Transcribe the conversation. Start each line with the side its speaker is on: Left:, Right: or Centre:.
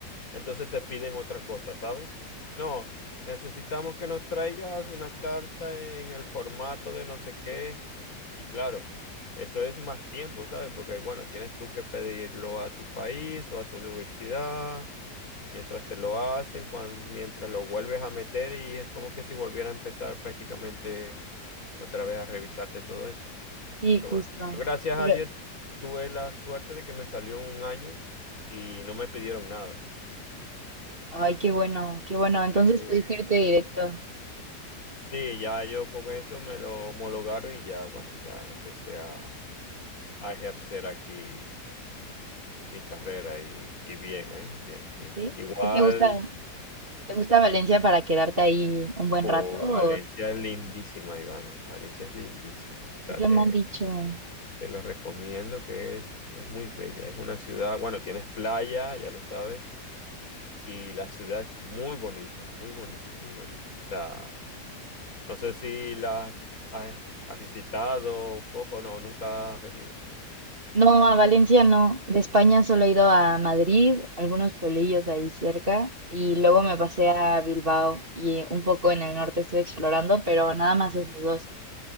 Left: entonces te piden otra cosa, ¿sabes? No, necesitamos que nos traigas una carta en el formato de no sé qué. Y claro, eso es más tiempo, ¿sabes? Porque, bueno, tienes tú que pedirlo a tu país o a tu universidad, mientras te lo hacen, cuan- mientras lo vuelves a meter y es como que si volviera a empezar prácticamente otra vez a revisarte todo eso.
Right: sí,
Left: Pero
Right: justo.
Left: bueno, yo gracias
Right: Pero,
Left: a Dios tuve la suerte de que me salió en un año y no me pidieron nada.
Right: ay, qué bueno, qué bueno. Entonces
Left: Sí,
Right: pudiste irte directo,
Left: sí. Sí, ya yo con eso me lo homologaron y ya, bueno, ya empecé a, a ejercer aquí mi carrera y, y bien, ¿eh? Bien, bien.
Right: ¿sí?
Left: Igual,
Right: ¿Sí te gusta, te gusta Valencia para quedarte ahí un buen
Left: po,
Right: rato o
Left: Valencia es lindísima, Ivana. Valencia es lindísima. O sea,
Right: eso
Left: te,
Right: me han dicho?
Left: te lo recomiendo que es, es muy bella. Es una ciudad, bueno, tienes playa, ya lo sabes. y la ciudad es muy bonita, muy bonita, muy bonita. O sea, no sé si la has, has visitado un poco, no, nunca has venido.
Right: No, a Valencia no. De España solo he ido a Madrid, algunos pueblillos ahí cerca, y luego me pasé a Bilbao y un poco en el norte estuve explorando, pero nada más esos dos.